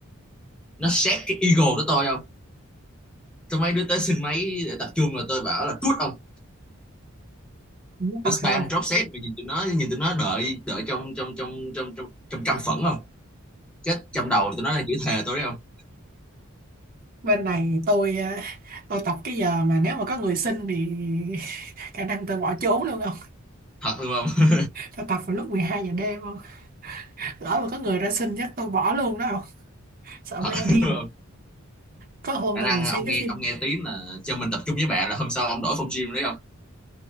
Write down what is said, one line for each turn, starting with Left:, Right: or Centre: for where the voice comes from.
Centre: nó xét cái ego của tôi không? Tôi mấy đứa tới xin máy để tập trung rồi tôi bảo là cút ông
Right: cũng
Centre: tụi
Right: thật
Centre: spam
Right: hay không?
Centre: drop set mà nhìn tụi nó nhìn tụi nó đợi đợi trong trong trong trong trong trong căm phẫn không chết trong đầu tụi nó đang chửi thề tôi đấy không
Right: bên này tôi à, tôi tập cái giờ mà nếu mà có người xin thì <laughs> khả năng tôi bỏ trốn luôn không
Centre: thật luôn không
Right: tôi tập vào lúc 12 giờ đêm không lỡ mà có người ra xin chắc tôi bỏ luôn đó không
Centre: <laughs>
Right: sợ
Centre: thật
Right: ma điên
Centre: luôn không
Right: có hôm
Centre: khả
Right: tôi
Centre: năng
Right: vừa xem
Centre: ông
Right: cái
Centre: nghe
Right: phim
Centre: ông nghe tiếng là cho mình tập trung với bạn là hôm sau ông đổi phòng gym đấy không